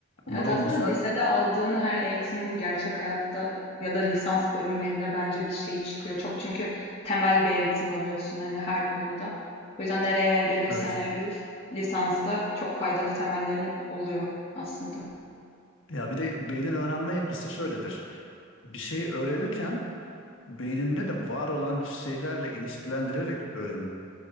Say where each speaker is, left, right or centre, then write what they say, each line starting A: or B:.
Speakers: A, on the left; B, on the left.
A: Onlar
B: Evet
A: olmasa
B: aslında lisede aldığın her eğitimin gerçek hayatta ya da lisans bölümlerinde bence bir şey çıkıyor. Çok çünkü temel bir eğitim alıyorsun hani her konuda. O yüzden nereye evrilirsen
A: Evet.
B: evril lisansta çok faydalı temellerin oluyor aslında.
A: Ya bir de beynin öğrenme yapısı şöyledir. Bir şeyi öğrenirken beyninde de var olan şeylerle ilişkilendirerek öğrenir.